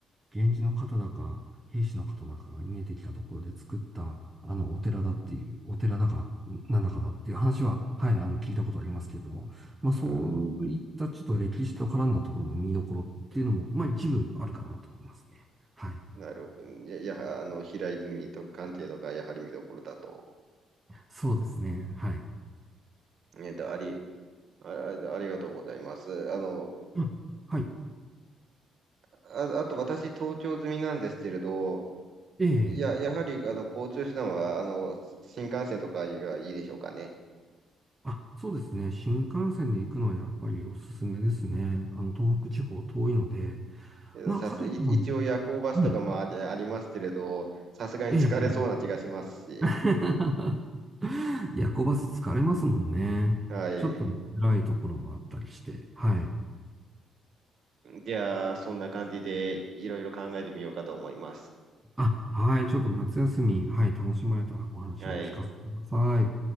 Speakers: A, on the right; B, on the right.
A: 源氏の方だか、兵士の方だかが逃げてきたところで作った、あの、お寺だっていう、お寺だか、なんだかだっていう話は、はい、あの、聞いたことありますけれども、まあ、そういったちょっと歴史と絡んだところの見どころっていうのも、
B: う
A: まあ、一部あるかなと思いますね。はい。
B: ん、なるほど。いや、いや、あの、平泉と関係とか、やはり見どころだと。
A: そうですね。はい。
B: えっと、あり、あ、あありがとうございます。あの、
A: うんはい。
B: あ、あと私、東京済みなんですけれど、
A: ええ。
B: いや、やはり、あの、交通手段は、あの、新幹線とかがいいでしょうかね。
A: あ、そうですね。新幹線で行くのはやっぱりおすすめですね。あの、東北地方遠いので、
B: えっとさす、
A: まあ、かといっても、
B: い一応夜行バスとかもあり、
A: はい。
B: ありますけれど、さすがに疲れそうな気がしますし、
A: ええ <laughs> 夜行バス疲れますもんね。
B: はい。
A: ちょっと辛いところもあったりして。はい。
B: じゃあ、そんな感じでいろいろ考えてみようかと思います。
A: あ、はい。ちょっと夏休み、はい。楽しまれたらお話を聞かせてください。
B: はい。